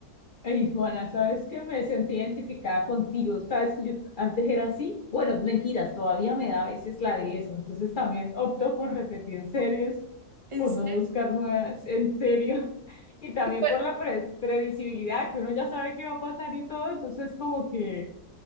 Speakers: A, on the left; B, on the right.
A: Ey, Juana, sabes que me sentí identificada contigo, sabes que yo antes era así, bueno, mentiras, todavía me da a veces la de eso, entonces también opto por repetir series,
B: En
A: por
B: serio,
A: no buscar nuevas, en serio, <laughs> y también
B: bueno,
A: por la pre- predecibilidad, que uno ya sabe qué va a pasar y todo, entonces como que,